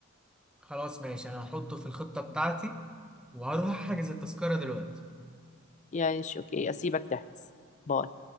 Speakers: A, in the centre; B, on the left (about 35°).
A: خلاص ماشي أنا هحطه في الخطة بتاعتي وهروح أحجز التذكرة دلوقتي
B: يعني ش- أوكي أسيبك تحجز باي